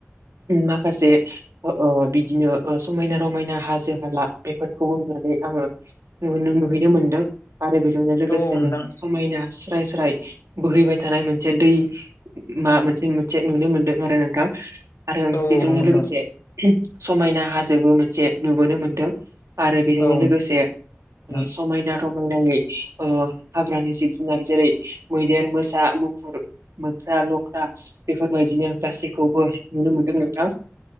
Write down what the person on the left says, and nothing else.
औ औ नोंथां
औ
औ नंगौ
नोंथां
औ
नोंथां